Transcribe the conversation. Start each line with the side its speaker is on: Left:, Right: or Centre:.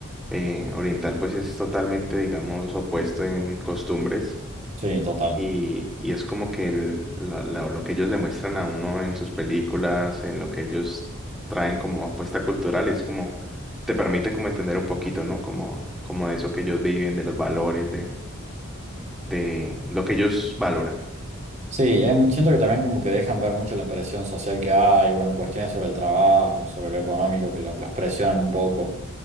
Centre: eh, oriental pues es totalmente, digamos, opuesto en costumbres
Right: Sí, total.
Centre: y, y es como que el- la- la- lo que ellos le muestran a uno en sus películas, en lo que ellos traen como apuesta cultural, es como, te permite como entender un poquito, ¿no? Como, como de eso que ellos viven, de los valores, de, de lo que ellos valoran.
Right: Sí, em, siento que también como que dejan ver mucho la presión social que hay, bueno, cuestiones sobre el trabajo, sobre lo económico, que lo- los presionan un poco.